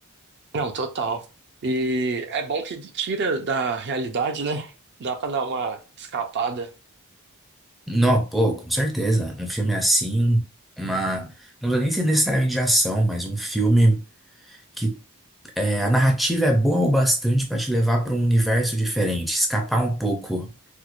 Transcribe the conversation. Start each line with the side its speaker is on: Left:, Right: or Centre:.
Right: Não, total. E é bom que tira da realidade, né? Dá para dar uma escapada.
Centre: Não, pô, com certeza. Um filme assim, uma. Não precisa nem ser necessariamente de ação, mas um filme que é, a narrativa é boa o bastante pra te levar pra um universo diferente, escapar um pouco